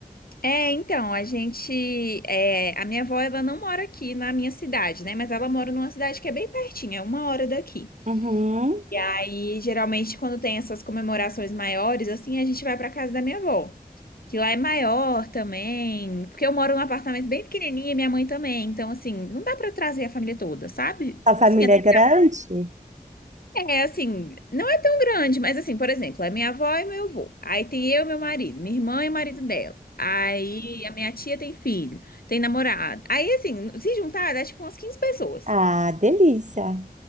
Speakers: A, on the left; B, on the right.
A: É, então, a gente. é, a minha avó, ela não mora aqui na minha cidade, né? Mas ela mora numa cidade que é bem pertinho, é uma hora daqui.
B: Uhum.
A: E aí, geralmente, quando tem essas comemorações maiores, assim, a gente vai pra casa da minha avó, que lá é maior também, porque eu moro num apartamento bem pequenininho e minha mãe também, então, assim, não dá pra trazer a família toda, sabe?
B: A família
A: Assim, até
B: é grande?
A: é, assim, não é tão grande, mas, assim, por exemplo, é minha avó e meu avô, aí tem eu e meu marido, minha irmã e o marido dela, aí a minha tia tem filho, tem namorado, aí, assim, se juntar, dá, tipo, umas 15 pessoas.
B: Ah, delícia.